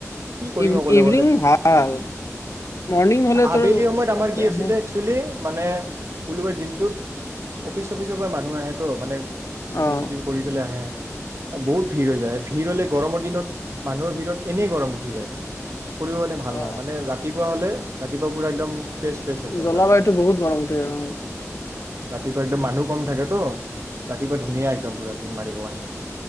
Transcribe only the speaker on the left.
ইভ
ইভিনিং
ভাল। মৰ্ণিং হ'লে তোৰ
অলপ
হে
অ
অ
জলবায়ুতটো
বহুত গৰম উঠে অ